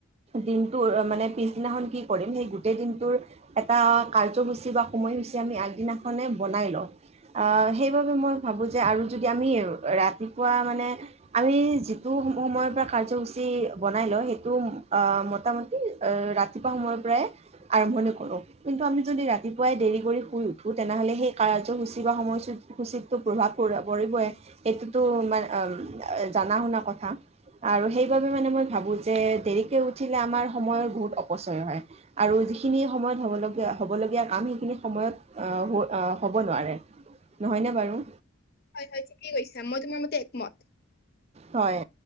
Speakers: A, on the right (about 30°); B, on the left (about 45°).
A: দিনটোৰ মানে পিছদিনাখন কি কৰিম। সেই গোটেই দিনটোৰ এটা। কাৰ্যসূচী বা। সময়সূচী আমি আগদিনাখনে বনাই লওঁ সেইবাবে মই ভাবোঁ যে আৰু যদি আমি ৰাতিপুৱা মানে আমি যিটো সময়ৰ পৰা কাৰ্যসূচী বনাই লওঁ। সেইটো মোটামুটি ৰাতিপুৱা সময়ৰ পৰাই আৰম্ভণি কৰোঁ। কিন্তু আমি যদি ৰাতি। াই দেৰি কৰি শুই উঠো তেনেহলে সেই কাৰসূচী বা সময় সূচীটো প্ৰভাৱ পৰিবই সেইটোতো মান জাননা শুনা কথা আৰু সেইবাবে মানে মই ভাবো। যে দেৰিকে উঠিলে আমাৰ সময় বহুত অপচয় হয়। আৰু যিখিনি সময়ত হবলীয়া হ'বলগীয়া। আম সেইখিনি সময়ত হ'ব নোৱাৰে। নহয়নে বাৰু।
B: হয়, হয় ঠিকেই কৈছা। মই তোমাৰ মতে একমত।
A: হয়